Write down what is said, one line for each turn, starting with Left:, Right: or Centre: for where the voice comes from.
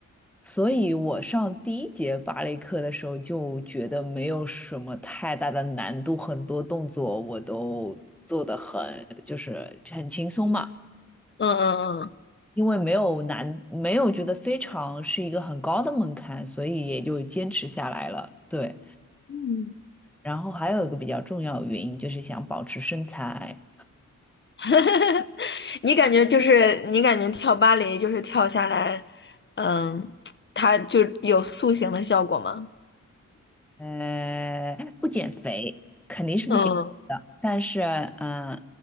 Centre: 所以我上第一节芭蕾课的时候就觉得没有什么太大的难度，很多动作我都做得很，就是很轻松嘛。
Left: 嗯嗯
Centre: 因为没有难，没有觉得非常是一个很高的门槛，所以也就坚持下来了。对，
Left: 嗯，
Centre: 然后还有一个比较重要的原因就是想保持身材，
Left: <laughs> 你感觉就是你感觉跳芭蕾就是跳下来，嗯，它就有塑形的效果吗？
Centre: 呃，不减肥肯定是不减肥的，
Left: 嗯，
Centre: 但是，嗯、